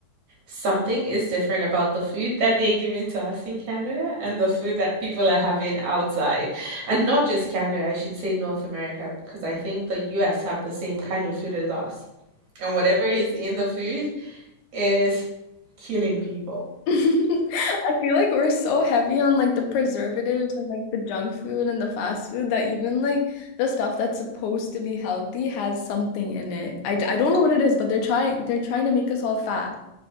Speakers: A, on the right; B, on the left.
A: Something is different about the food that they're giving to us in Canada and the food that people are having outside. And not just Canada, I should say North America, because I think the US have the same kind of food as us and whatever is in the food is killing people.
B: <laughs> I feel like we're so heavy on like the preservatives and like the junk food and the fast food that even like the stuff that's supposed to be healthy has something in it. I, d- I don't know what it is, but they're trying they're trying to make us all fat.